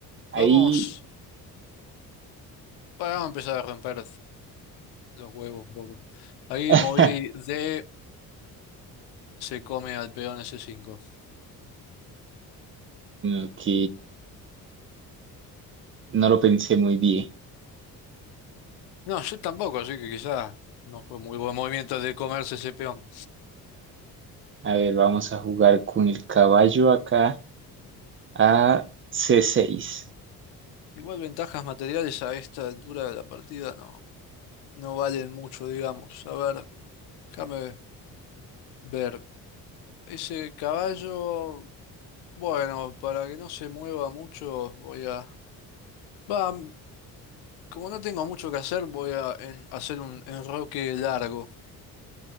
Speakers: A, on the right; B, on the left.
A: ahí.
B: vamos, bueno, vamos a empezar a romper los huevos un poco. Ahí
A: <laughs>
B: moví D, se come al peón S5.
A: Ok, no lo pensé muy bien.
B: No, yo tampoco, así que quizá no fue muy buen movimiento de comerse ese peón.
A: A ver, vamos a jugar con el caballo acá a C6.
B: Igual ventajas materiales a esta altura de la partida no, no valen mucho, digamos. A ver, déjame ver. Ese caballo, bueno, para que no se mueva mucho, voy a... Va, como no tengo mucho que hacer, voy a en- hacer un enroque largo.